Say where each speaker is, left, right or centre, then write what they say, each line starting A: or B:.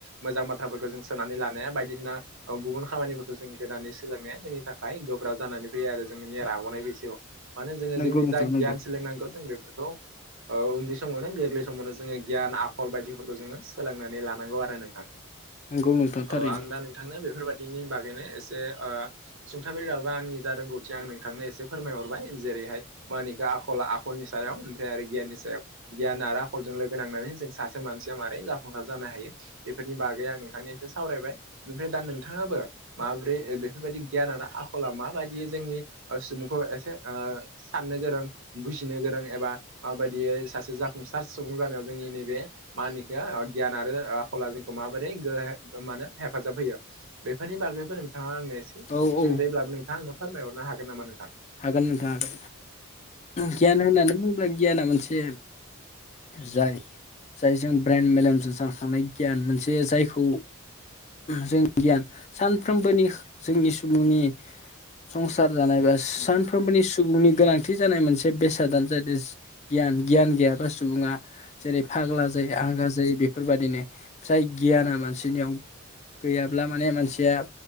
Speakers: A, on the right (about 65°); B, on the left (about 30°).
A: मोजां बाथ्राफोरखौ जों सोनानै लानाया बायदिसिना अ गुबुन खामानिफोरखौ जों गोदानै सोलोंनाया जोंनि थाखाय गोब्राब जानानै फैयो आरो जोंनिया राग'नाय बैसोआव मानो जोंङो
B: नंगौ
A: जोंनि
B: नोंथां
A: जा
B: नंगौ
A: गियान सो सोलोंनांगौ जों बेफोरखौ ओ उन्दै समावनो गोरलै समावनो जोङो गियान आखल बायदिफोरखौ जोङो सोलोंनानै लानांगौ आरो नोंथां
B: नंगौ नोंथां थारैनो
A: औ आं दा नों नोंथांनो बेफोरबायदिनि बागैनो एसे ओ सुंथाबाबो आंनि जा रोंगौथि आं नोंथांनो एसे फोरमायहरबाय जेरैहाय मा निखा आखला आखलनि सायाव ओमफ्राय आरो गियाननि सायाव गियान आरो आखलजों लोगो नांनानै जों सासे मानसिया मारै जाफुंसार जानो हायो बेफोरनि बागै आं नोंथांनि एसे सावरायबाय ओमफ्राय दा नोंथाङाबो माब्रै ओ बेफोरबायदि गियान आखला माबायदि जोंनि ओ सुबुंखौ एसे ओ साननो गोरों बुजिनो गोरों एबा माबायदियै सासे जाफुंसार सुबुं जानायाव जोंनि नैबे मा होनोखो ओ गियान आरो ओ आखला जोंखौ माबोरै गो ओ मानो हेफाजाब होयो? बेफोरनि बागैबो नोंथाङा आंनो एसे
B: औ औ
A: सुंदयै ब्लाबो नोंथां आंनो फोरमायहरनो हागोन नामा नोंथां?
B: हागोन नोंथाङा आरो गियान होननानै बुङोब्ला गियाना मोनसे जाय जायजों ब्रेन्ड मेलेमजेम सानखांनाय गियान मोनसे जायखौ जोंनि गियान सानफ्रोमबोनि जोंनि सुबुंनि संसार जानाय बा सानफ्रोमबोनि सुबुंनि गोनां थि जानाय मोनसे बेसादानो जाहैदो गियान गियान गैयाबा सुबुङा जेरै फाग्ला जायो आंगा जायो बेफोर बायदिनो जाय गियाना मानसिनियाव गैयाब्ला माने मानसिया